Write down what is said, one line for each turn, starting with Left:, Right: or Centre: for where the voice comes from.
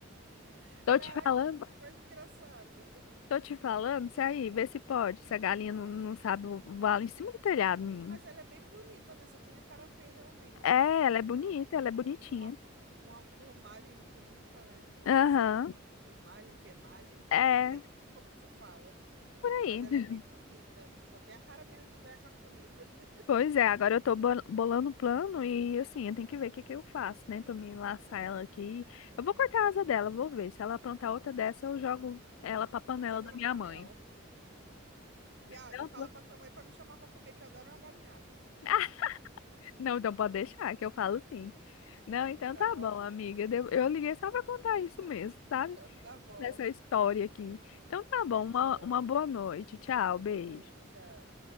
Right: <laughs>
Left: Tô
Right: caraca,
Left: te falando,
Right: que coisa engraçada.
Left: tô te falando, se aí, vê se pode. Se a galinha não, não sabe voar lá em cima do telhado, menino.
Right: Mas ela é bem bonita, né? Só tem a cara feia, realmente.
Left: É,
Right: Ela
Left: ela é bonita,
Right: tem um-
Left: ela é bonitinha.
Right: uma, uma plumagem bonita, né?
Left: Aham.
Right: Eu não sei se fala plumagem, penagem, <laughs>
Left: É,
Right: nem sei como se fala.
Left: por
Right: Mas
Left: aí.
Right: ela
Left: <laughs>
Right: é bem bonita. Só tem a cara mesmo de velha carcomida. <laughs>
Left: Pois é, agora eu tô bol- bolando um plano e assim, eu tenho que ver o que que eu faço, né? Pra me laçar ela aqui. Eu vou cortar a asa dela, vou ver. Se ela aprontar outra dessa, eu jogo ela pra panela
Right: Joga
Left: da
Right: na
Left: minha
Right: panela.
Left: mãe.
Right: E, ah,
Left: Não,
Right: e fala
Left: pô.
Right: pra tua mãe pra me chamar pra comer, que eu adoro uma galinhada.
Left: <laughs> não, então pode deixar, que eu falo sim. Não, então
Right: Tá
Left: tá
Right: bom?
Left: bom, amiga. Deu- Eu liguei só pra contar isso mesmo, sabe?
Right: <laughs> Tá bom.
Left: Dessa história aqui. Então tá
Right: Beijão.
Left: bom, uma, uma boa noite. Tchau, beijo.
Right: Boa noite. Tchau.